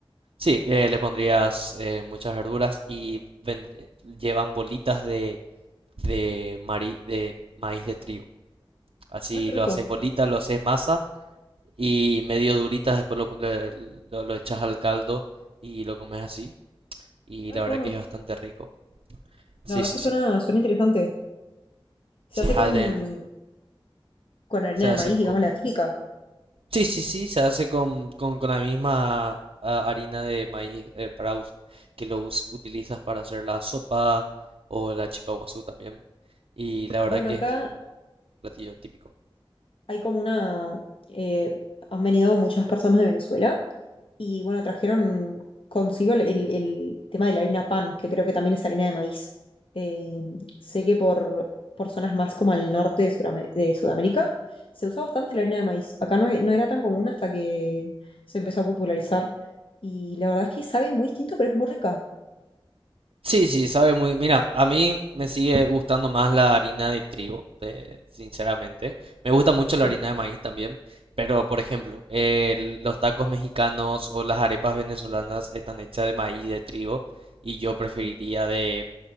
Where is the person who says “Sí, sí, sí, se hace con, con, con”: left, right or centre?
Right